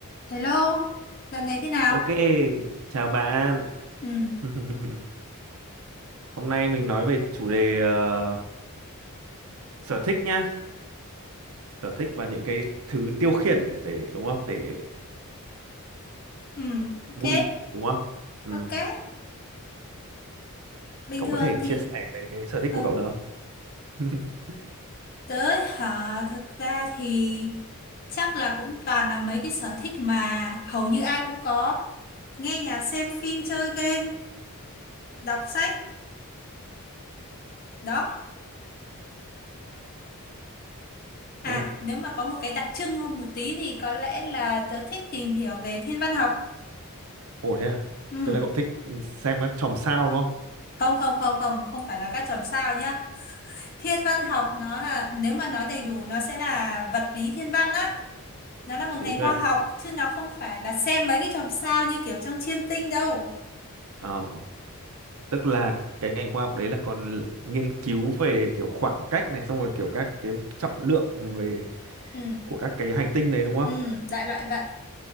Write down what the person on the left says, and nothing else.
Hello, dạo này thế nào?
Ừ,
ừ, ok,
ok. Bình
thường
thì,
ờ,
tới hả? Thực ra thì chắc là cũng toàn là mấy cái sở thích mà hầu như ai cũng có. Nghe nhạc, xem phim, chơi game, đọc sách, đó. À,
nếu mà có một cái đặc trưng hơn một tí thì có lẽ là tớ thích tìm hiểu về thiên văn học.
Ừ,
không, không, không, không, không phải là các chòm sao nhá. Thiên văn học nó là, nếu mà nói đầy đủ nó sẽ là vật lý thiên văn á nó là một
ngành
khoa
học chứ nó không phải là xem mấy cái chòm sao như kiểu trong chiêm tinh đâu
ừ
ừ đại loại vậy